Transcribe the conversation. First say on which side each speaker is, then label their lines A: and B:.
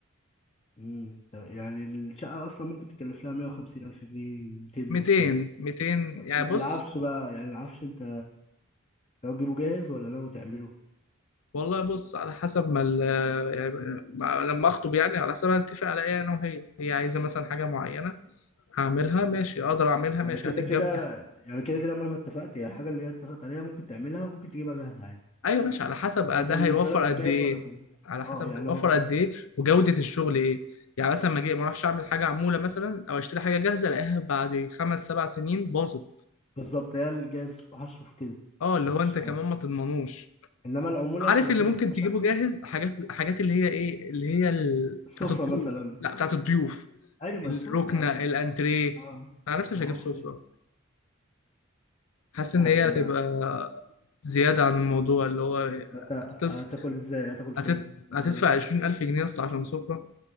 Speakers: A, on the left; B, on the left.
A: امم طب يعني الشقة اصلا ممكن تكلف لها 150 الف جنيه 200
B: 200
A: بالكتير
B: 200 يعني
A: ال- العفش
B: بص
A: بقى يعني العفش انت لو تجيبه جاهز ولا ناوي تعمله
B: والله بص على حسب ما ال- يعني ما- لما اخطب يعني على حسب ما اتفق على ايه انا وهي هي عايزه مثلا حاجه معينه هعملها ماشي اقدر اعملها
A: ما
B: ماشي
A: كده
B: هتتجاب
A: كده يعني كده كده مهما اتفقت هي الحاجة اللي هي اتفقت عليها ممكن تعملها وممكن تجيبها جاهز عادي
B: ايوه ماشي على حسب
A: فانت
B: ده
A: بالنسبة
B: هيوفر
A: لك
B: قد
A: الجاهز
B: ايه
A: ولا تعمل
B: على حسب
A: اه يعني
B: هيوفر قد ايه وجوده الشغل ايه يعني مثلا ما اجي ما اروحش اعمل حاجه عموله مثلا او اشتري حاجه جاهزه الاقيها بعد خمس سبع سنين باظت
A: بالظبط هي الجاز هشوف كده
B: اه اللي
A: انت
B: هو
A: مش
B: انت كمان
A: عارف
B: ما تضمنوش
A: انما العمولة
B: عارف
A: انت لو
B: اللي
A: جبت
B: ممكن
A: خشب
B: تجيبه جاهز حاجات حاجات اللي هي ايه اللي هي ال...
A: السفرة
B: بتاعت الضيوف
A: مثلا
B: لا بتاعت الضيوف
A: ايوه ما
B: الركنه
A: السفرة
B: الانتريه
A: اه
B: انا نفسي مش
A: الحاجات
B: هجيب سفره
A: دي
B: حاسس ان
A: حتى
B: هي هتبقى
A: ما
B: زياده عن الموضوع اللي هو
A: انت
B: هتس...
A: هتاكل ازاي هتاكل فين
B: هتت...
A: لو
B: هتدفع
A: جالك
B: 20000 جنيه يا اسطى عشان سفره